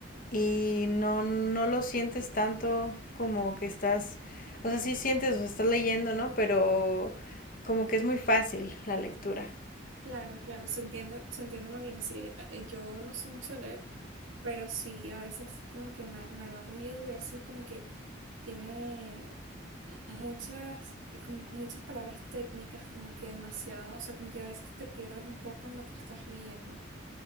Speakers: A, on the left (about 45°); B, on the right (about 85°).
A: y no, no lo sientes tanto como que estás, o sea, sí sientes, o sea, estás leyendo, ¿no? Pero como que es muy fácil la lectura.
B: claro, claro, se entiende, se entiende muy bien. Sí, eh, yo no sé mucho leer, pero sí, a veces como que me, me agarro un libro y así como que tiene mu- muchas, eh, como muchas palabras técnicas, como que demasiado, o sea, como que a veces te pierdes un poco en lo que estás leyendo.